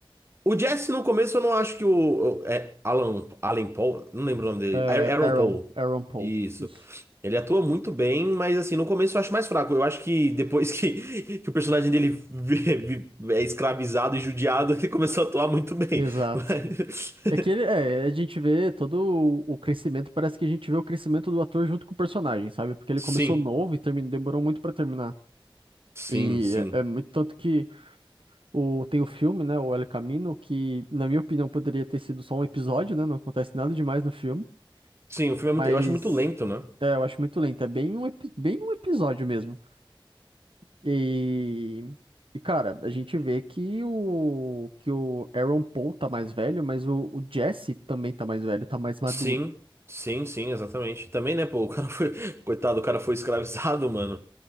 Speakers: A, on the right; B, on the right.
A: O Jess, no começo, eu não acho que o. o- É, Alan, Alan Paul? Não lembro o nome dele.
B: É,
A: A- Aaron
B: Aaron,
A: Paul.
B: Aaron Paul.
A: Isso.
B: Isso.
A: Ele atua muito bem, mas assim, no começo eu acho mais fraco. Eu acho que depois que, <laughs> que o personagem dele vi- vi- é escravizado e judiado, ele começou a atuar muito bem.
B: Exato.
A: Mas- <laughs>
B: É que ele, é, a gente vê todo o o crescimento, parece que a gente vê o crescimento do ator junto com o personagem, sabe? Porque ele
A: Sim,
B: começou novo e terminou, demorou muito pra terminar.
A: sim,
B: E
A: sim.
B: é, é muito tanto que O, tem o filme, né? O El Camino, que, na minha opinião, poderia ter sido só um episódio, né? Não acontece nada demais no filme.
A: Sim, o filme é muito.
B: Mas
A: Eu acho muito lento, né?
B: é, eu acho muito lento. É bem um, epi- bem um episódio mesmo. E, e, cara, a gente vê que o, que o Aaron Paul tá mais velho, mas o, o Jesse também tá mais velho, tá mais maduro.
A: Sim, sim, sim, exatamente. Também, né, pô, o cara foi. <laughs> Coitado, o cara foi escravizado, mano.